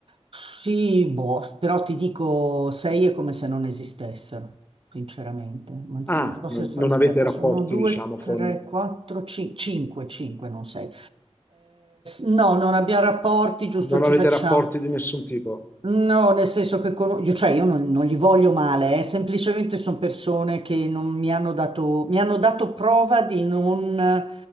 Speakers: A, on the right (about 50°); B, on the left (about 20°).
A: Sì, boh, però ti dico 6 è come se non esistessero, sinceramente. Anzi,
B: Ah,
A: non so se
B: non,
A: sono,
B: non
A: aspetta,
B: avete rapporti,
A: sono 2,
B: diciamo, con...
A: 3, 4, 5, 5, non 6. no, non abbiamo rapporti, giusto,
B: Non
A: ci
B: avete
A: facciamo.
B: rapporti di nessun tipo.
A: No, nel senso che con- io, cioè, io non, non gli voglio male, eh, Semplicemente sono persone che non mi hanno dato, mi hanno dato prova di non